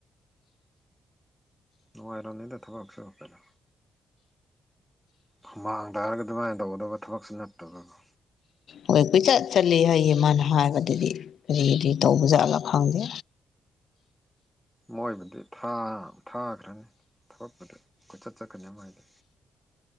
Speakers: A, in the centre; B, on the left.
A: ꯅꯨꯡꯉꯥꯏꯔꯝꯅꯤꯗ ꯊꯕꯛꯁꯨ ꯀꯩꯅꯣ ꯍꯨꯃꯥꯡ ꯗꯥꯔꯒ ꯑꯗꯨꯃꯥꯏꯅ ꯇꯧꯒꯗꯕ ꯊꯕꯛꯁꯨ ꯅꯠꯇꯕꯀꯣ
B: ꯃꯣꯏ ꯀꯨꯏꯆꯠ ꯆꯠꯂꯤ ꯍꯥꯏꯌꯦ ꯃꯥꯅ ꯍꯥꯏꯕꯗꯗꯤ ꯀꯔꯤ ꯀꯔꯤ ꯇꯧꯕ ꯖꯥꯠꯂꯥ ꯈꯪꯗꯦ
A: ꯃꯣꯏꯕꯨꯗꯤ ꯊꯥ ꯊꯥꯈ꯭ꯔꯅꯤ ꯊꯕꯛꯄꯨꯗꯤ ꯀꯣꯏꯆꯠ ꯆꯠꯀꯅꯤ ꯃꯣꯏꯗꯤ